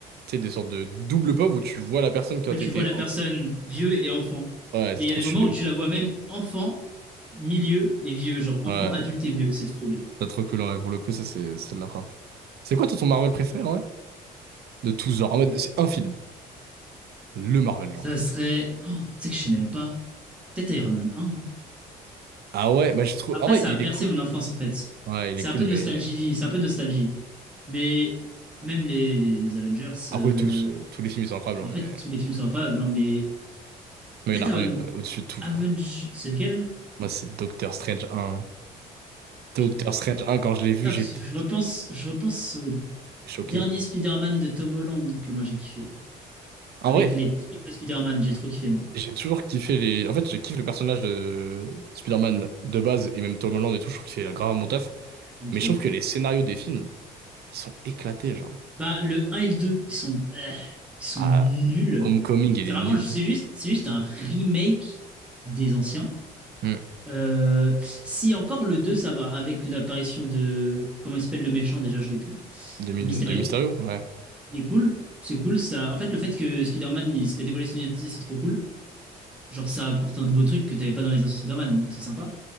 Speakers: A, on the right; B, in the centre.
A: tu sais, des sortes de double pauvres où tu vois la personne quand
B: Ouais,
A: t'étais
B: tu vois la personne
A: enfant.
B: vieux et enfant.
A: Ouais, c'est
B: Et il
A: trop
B: y a des
A: stylé.
B: moments où tu la vois même enfant, milieu et vieux. Genre
A: Ouais,
B: enfant, adulte et vieux. C'est trop bien.
A: C'est trop cool, ouais. Pour le coup, ça, c'est c'est de la frappe. C'est quoi, toi, ton Marvel préféré, en vrai? De tous genres. En mode, c'est un film. Le Marvel,
B: Ça
A: genre.
B: serait. Oh, tu sais que je sais même pas. Peut-être Iron Man un. hein.
A: Ah ouais, bah, je trouve.
B: Après,
A: En vrai,
B: ça
A: il
B: a bercé
A: est cool.
B: mon enfance en fait.
A: Ouais, il
B: C'est
A: est cool,
B: un peu
A: mais.
B: de nostalgie, c'est un peu de nostalgie. Mais même les, les- les Avengers,
A: Après,
B: euh,
A: tous. euh, tous les films, ils sont incroyables,
B: bah,
A: hein,
B: en fait,
A: mais.
B: tous les films sont incroyables, hein, mais
A: Mais
B: peut-être
A: il y en a
B: Aven...
A: un euh, au-dessus de tout,
B: Avengers,
A: frère.
B: c'est lequel?
A: Moi, c'est Doctor Strange 1. Doctor
B: J'avoue que...
A: Strange 1, quand je l'ai vu,
B: Ah,
A: j'étais
B: parce que je repense, je repense au
A: choqué.
B: dernier Spider-Man de Tom Holland que moi j'ai kiffé.
A: En
B: Avec
A: vrai,
B: les triples Spider-Man, j'ai trop kiffé moi.
A: j'ai toujours kiffé les. En fait, je kiffe le personnage de Spider-Man de base, et même Tom Holland et tout. Je trouve qu'il fait grave mon taf.
B: J'aime trop.
A: Mais je trouve que les scénarios des films, ils sont éclatés, genre.
B: Bah, le 1 et le 2, ils sont, euh, ils sont
A: Ah,
B: nuls.
A: Homecoming, il
B: C'est
A: est
B: vraiment,
A: nul.
B: c'est juste, c'est juste un remake des anciens.
A: Hmm.
B: Euh, si encore le 2 ça va, avec l'apparition de. Comment il s'appelle le méchant déjà, je l'ai plus.
A: De, Mi-
B: Euh, Mysterio.
A: de Mysterio? Ouais.
B: Il est cool, c'est cool. Ça... En fait, le fait que Spider-Man il se fait dévoiler son identité, c'est trop cool. Genre, ça apporte un nouveau truc que t'avais pas dans les anciens Spider-Man, donc c'est sympa.